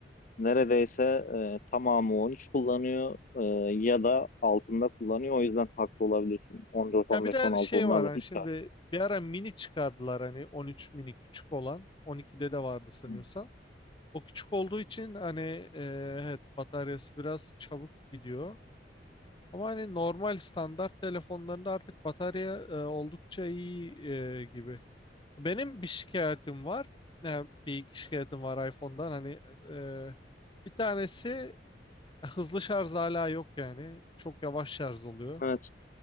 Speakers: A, on the left; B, on the left.
A: neredeyse e, tamamı 13 kullanıyor e, ya da altında kullanıyor. O yüzden haklı olabilirsin. 14,
B: Ya
A: 15,
B: bir de hani
A: 16
B: şey
A: onlarla
B: var hani
A: hiç
B: şimdi bir ara mini çıkardılar hani 13 mini küçük olan 12'de de vardı sanıyorsam.
A: tartışmam.
B: O küçük olduğu için hani e, evet bataryası biraz çabuk gidiyor. Ama hani normal standart telefonlarında artık batarya e, oldukça iyi e, gibi. Benim bir şikayetim var. Yani bir iki şikayetim var iPhone'dan. Hani e, bir tanesi hızlı şarj hala yok yani. Çok yavaş şarj oluyor.
A: Evet.